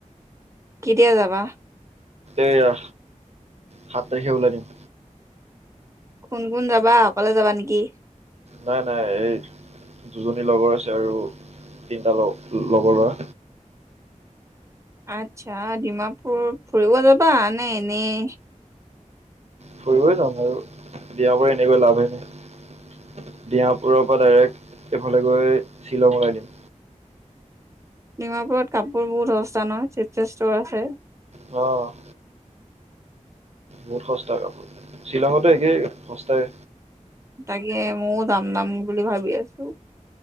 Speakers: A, on the right (about 20°); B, on the right (about 55°).
A: কেতিয়া যাবা?
B: এইয়া সাত তাৰিখে ওলাই দিম।
A: কোন কোন যাবা, অকলে যাবা নেকি?
B: নাই নাই এই দুজনীলগৰ আছে আৰু তিনিটা লগৰ বা
A: আচ্ছা ডিমাপুৰ ফুৰিব যাবা নে এনেই?
B: ফুৰিব যাম আৰু দিয়াৰ পৰা এনেকৈ লাভে নাই ডিমাপুৰৰ পৰা ডাইৰেক্ট এইফালে গৈ শ্বিলং ওলাই দিম।
A: ডিমাপুৰত কাপোৰ বহুত সস্তা নহয় চিপেষ্ট ষ্টৰ আছে।
B: অ'। বহুত সস্তা কাপোৰ, শ্বিলঙতো একেই সস্তাই।
A: তাকে ময়ো যাম যাম বুলি ভাবি আছোঁ